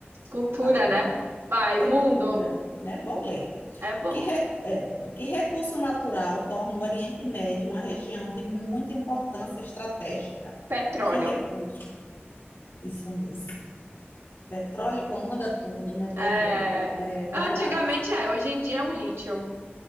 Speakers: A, on the right (about 80°); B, on the left (about 70°).
A: Cultura,
B: Ah, tá bom.
A: né? Vai,
B: Cultura,
A: mundo.
B: né? Bom ler.
A: É bom.
B: Que, re- é, que recurso natural torna o Oriente Médio uma região de muita importância estratégica?
A: Petróleo.
B: Que recurso? Isso mesmo. Petróleo comanda tudo, né? Tô
A: É,
B: vendo. É verdade.
A: antigamente é, hoje em dia é o lítio.